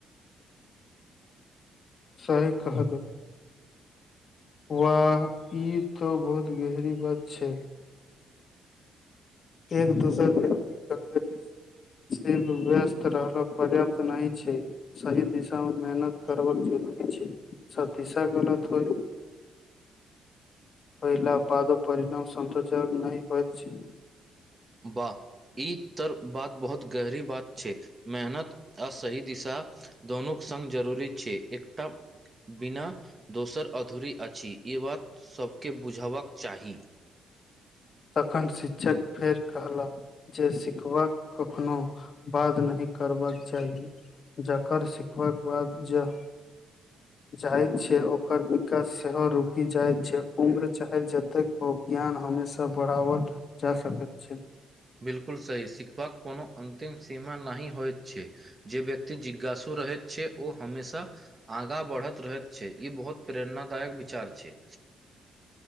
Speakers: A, on the left; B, on the right.
A: सही कहलु वाह ई तो बहुत गेहरी बात छैय। एक दोसर व्यक्त कहले जे सिर्फ व्यस्त रहल पर्याप्त नहि छैय। सही दिशामे मेहनत करक जरूरी छैय। स दिशा गलत होइ
B: <inaudible>
A: पहिला बादो परिणाम, संतोजक नहि होय छैय।
B: वाह ई तऽ बहुत गहीर बात छै मेहनत आ सही दिशा। दूनू संग जरूरी छै एकटा। बिना दोसर अधूरा अछि, ई बात सभकेँ बुझबाक चाही।
A: अखन शिक्षक फेर कहला। जे सिखबाक कखनो बाद नहि करबाक चाही। जकर सिखबाक बाद जे जाय छै, ओकर विकास सेहो रुकि जाय छै, उम्र चाहे जतेक ओ ज्ञान हमेशा बड़ाबर जा सकैत छै।
B: बिल्कुल सही सीखबाक कोनो अन्तिम सीमा नहि होत। छै, जे व्यक्ति जिज्ञासु रहैत छै, ओ हमेशा आगाँ बढ़ैत रहैत छै, इ बहुत प्रेरणादायक विचार छै।